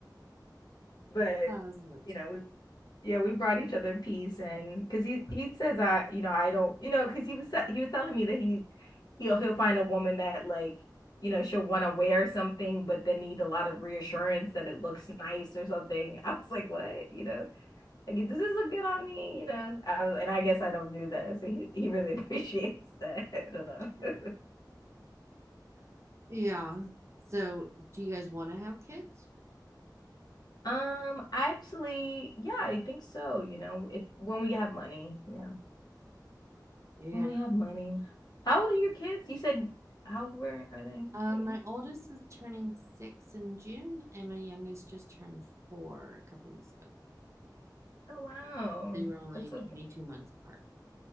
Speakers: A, on the left; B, on the right.
A: But
B: was
A: you know, we yeah, we brought each other peace and because he he says I you know I don't you know because he was sa- he was telling me that he he'll he'll find a woman that like you know she'll want to wear something but then need a lot of reassurance that it looks nice or something. <laughs> I was like, what? You know, like does this look good on me? You know, I was, and I guess I don't do that, so he he really <laughs> appreciates that. I don't know.
B: funny.
A: <laughs>
B: <laughs> Yeah. So do you guys want to have kids?
A: Um, actually, yeah, I think so. You know, if when we have money, yeah,
B: Yeah.
A: when we have money. How old are your kids? You said how where are they
B: Um,
A: again?
B: my oldest is turning six in June, and my youngest just turned four a couple weeks ago.
A: Oh wow,
B: They were only
A: that's
B: 22
A: so g-
B: months apart.